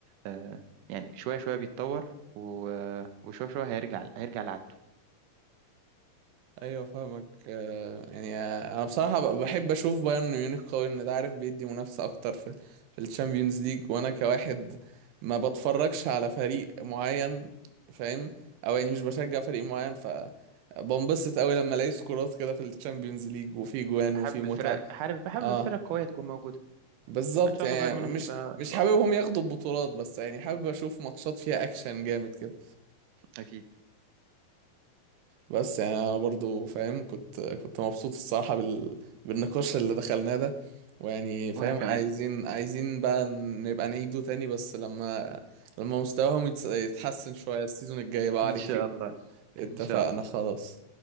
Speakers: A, on the right (about 70°); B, on the right (about 85°).
A: آه، يعني شوية شوية بيتطور و- آه، وشوية شوية هيرجع هيرجع لعادته
B: ايوه فاهمك آه، يعني انا بصراحه ب- بحب اشوف بايرن ميونخ قوي ان ده عارف بيدي منافسه اكتر في في الشامبيونز ليج وانا كواحد ما بتفرجش على فريق معين فاهم او يعني مش بشجع فريق معين ف بنبسط قوي لما الاقي سكورات كده في الشامبيونز ليج وفي جوان
A: حابب
B: وفي متعه
A: الفرق حابب حابب
B: اه
A: الفرق القوية تكون موجودة
B: بالظبط
A: فإن شاء
B: يعني
A: الله بايرن ميونخ
B: مش
A: يبقى
B: مش
A: يبقى
B: حاببهم
A: أقوى.
B: ياخدوا البطولات بس يعني حابب اشوف ماتشات فيها اكشن جامد كده
A: أكيد
B: بس يعني انا برضو فاهم كنت كنت مبسوط الصراحة بال... بالنقاش اللي دخلناه ده ويعني فاهم
A: وأنا كمان
B: عايزين عايزين بقى نبقى نعيده تاني بس لما لما مستواهم يتس... يتحسن شوية السيزون الجاي بقى
A: إن
B: عليك
A: شاء الله
B: <laughs> اتفقنا
A: إن شاء الله
B: خلاص